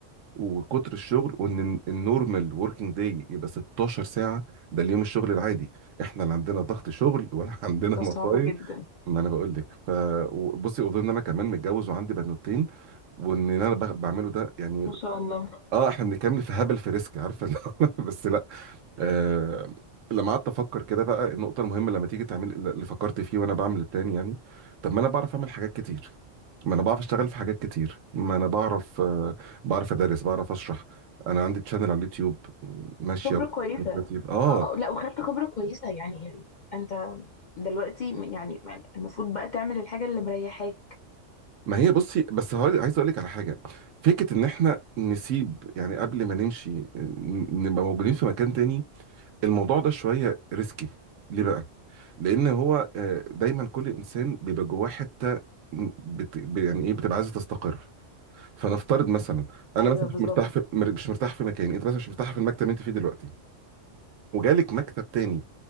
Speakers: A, on the right; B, on the left.
A: وكتر الشغل وان النورمال وركينج داي يبقى 16 ساعه ده اليوم الشغل العادي احنا لا عندنا ضغط شغل ولا <laughs> عندنا
B: ده
A: مصايب
B: صعب جدا
A: ما انا بقول لك فبصي اظن ان انا كمان متجوز وعندي بنوتين وان انا بغ- بعمله ده يعني
B: ما شاء الله
A: اه احنا بنتكلم في هبل في ريسك عارفه اللي هو <laughs> بس لا آه لما قعدت افكر كده بقى النقطه المهمه لما تيجي تعمل اللي فكرت فيه وانا بعمل البلان يعني طب ما انا بعرف اعمل حاجات كتير ما انا بعرف اشتغل في حاجات كتير ما انا بعرف آه بعرف ادرس بعرف اشرح انا عندي تشانل على اليوتيوب ماشيه
B: خبرة
A: و-
B: كويسة
A: اه
B: اه اه لا وخدت خبرة كويسة يعني انت دلوقتي م- يعني المفروض بقى تعمل الحاجة اللي مريحاك
A: ما هي بصي بس هقول عايز اقول لك على حاجه فكره ان احنا نسيب يعني قبل ما نمشي ن- نبقى موجودين في مكان تاني الموضوع ده شوية ريسكي ليه بقى؟ لأن هو آه، دايما كل إنسان بيبقى جواه حتة م- بت... ب- يعني إيه بتبقى عايزة تستقر فنفترض مثلا أنا
B: ايوه
A: مثلا
B: بالظبط
A: مش مرتاح في مر- مش مرتاح في مكان أنت مثلا مش مرتاح في المكتب اللي أنت فيه دلوقتي وجالك مكتب تاني